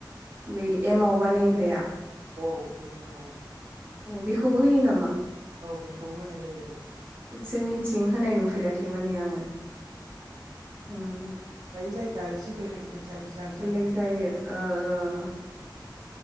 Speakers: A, on the right (about 25°); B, on the right (about 55°).
A: ब एमाव बानायग्राया।
B: औ बेनो औ।
A: अ बिखौ बहि नामा?
B: औ बेखौबो होनाय जायो औ।
A: जोंनिथिं होनाय नुफेराखै माने आङो।
B: अ
A: उम
B: दायो जायगा एसे बेलेग बेलेग जायो। जायो
A: बेलेग
B: जानो हागौ
A: जायो।
B: <inaudible>
A: ओ ओ